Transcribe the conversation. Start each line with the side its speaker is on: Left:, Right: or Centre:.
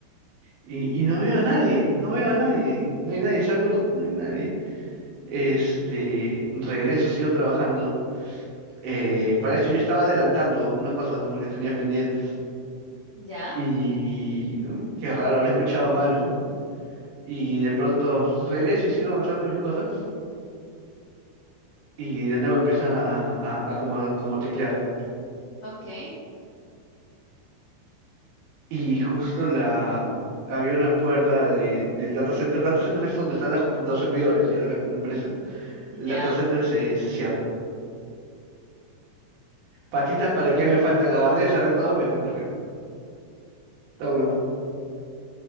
Right: Y, y no veo a nadie, no veo a nadie, no hay nadie, salgo un rato, no hay nadie. Este, regreso, sigo trabajando. Eh, para esto yo estaba adelantando unas cosas, ¿no? Porque tenía pendientes.
Left: Ya,
Right: Y ¿no? qué raro, habré escuchado mal, ¿no? Y de pronto regreso y sigo avanzando mis cosas. Y de nuevo empiezan a, a, a como, como teclear.
Left: ok,
Right: Y justo la había una puerta de- del data center. Data center es donde están las compu- los servidores ya de la compu- empresa.
Left: ya.
Right: El data center se, se cierra. Patitas para que me faltan, agarré, cerré todo, me fui corriendo. Todo huevón.